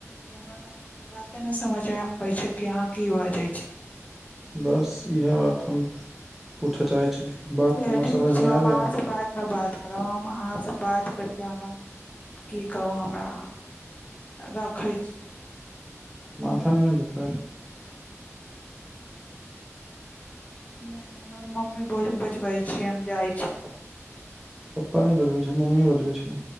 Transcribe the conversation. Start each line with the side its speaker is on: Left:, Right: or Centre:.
Left: अहाँके बाते न समझ मे आबै छै, कि अहाँ की बाजै छी
Centre: बस इएह बात हम पूछऽ चाहै छली
Left: ठीक
Centre: कि बात
Left: छै
Centre: हमर
Left: ठीक
Centre: समझमे
Left: छै हम
Centre: आबै
Left: अहाँसँ
Centre: यै
Left: बादमे बात करब हम अहाँसँ बात करके हमर की कहू हमरा रखै छी।
Centre: मथा नहि ने दुखायल <inaudible>
Left: नहि हमर मम्मी बजबै छै हम जाइ छी।
Centre: पप्पा नी बजबै छै मम्मीये बजबै छै